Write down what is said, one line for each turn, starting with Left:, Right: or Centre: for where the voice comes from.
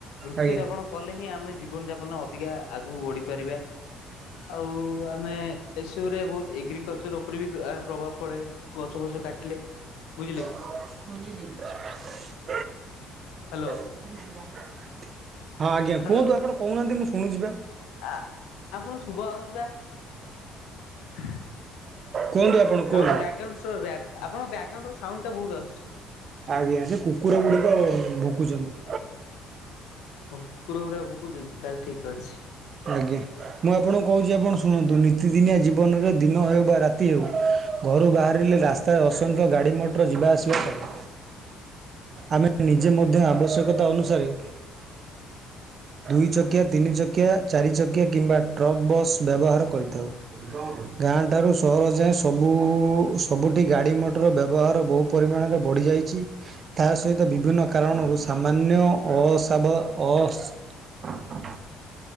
Left: ବୃକ୍ଷ
Right: ଆଜ୍ଞା
Left: ରୋପଣ କଲେ ହିଁ ଆମେ ଜୀବନ ଯାପନ ଅଧିକା ଆଗକୁ ବଢିପାରିବା। ଆଉ ଆମେ ଏସବୁରେ ବହୁତ ଏଗ୍ରିକଲଚର ଉପରେ ବି ଆର ପ୍ରଭାବ ପଡେ। ଗଛ ଫଛ କାଟିଲେ। ବୁଝିଲେ କି
Right: <unintelligible>
Left: ହ୍ୟାଲୋ
Right: ହଁ ଆଜ୍ଞା
Left: ହ୍ୟାଲୋ
Right: କୁହନ୍ତୁ ଆପଣ କହୁନାହାନ୍ତି ମୁଁ ଶୁଣୁଛି ବା
Left: ଆ ଆପଣଙ୍କ ଶୁଭାଯାଉନିପା <inaudible>
Right: କୁହନ୍ତୁ ଆପଣ କୁହନ୍ତୁ
Left: ଆପଣଙ୍କ ବ୍ୟାଗ୍ରାଉଣ୍ଡ ଆପଣ ବ୍ୟାଗ୍ରାଉଣ୍ଡ ର ସାଉଣ୍ଡ ଟା ବହୁତ ଆଶୁଛି।
Right: ଆଜ୍ଞା ସେ କୁକୁର ଗୁଡ଼ିକ ଭୁକୁଛନ୍ତି।
Left: କୁକୁର ଗୁରା ଭୁକୁୁଛନ୍ତି ତାହେଲେ ଠିକ ଅଛି।
Right: ଆଜ୍ଞା ମୁଁ ଆପଣଙ୍କୁ କହୁଛି ଆପଣ ଶୁଣନ୍ତୁ ନିୀତିଦିନିଆ ଜୀବନରେ ଦିନ ହେଉ ବା ରାତି ହେଉ। ଘରୁ ବାହାରିଲେ ରାସ୍ତାରେ ଅସଂଖ୍ୟ ଗାଡ଼ି ମଟର ଯିବା ଆସିବା। ଆମେ ନିଜେ ମଧ୍ୟ ଆବଶ୍ୟକତା ଅନୁସାରେ ଦୁଇ ଚକିଆ ତିନି ଚକିଆ ଚାରି ଚକିଆ କିମ୍ବା ଟ୍ରକ୍ ବସ୍। ବ୍ୟବହାର କରିଥାଉ ଗାଁ ଠାରୁ ସହର ଜାଏ ସବୁ ସବୁଠି ଗାଡ଼ି ମଟର ବ୍ୟବହାର ବହୁ ପରିମାଣରେ ବଢ଼ିଯାଇଛି। ତା ସହିତ ବି ବିଭିନ୍ନ କାରଣରୁ ସାମାନ୍ୟ ଅସାବ ଅ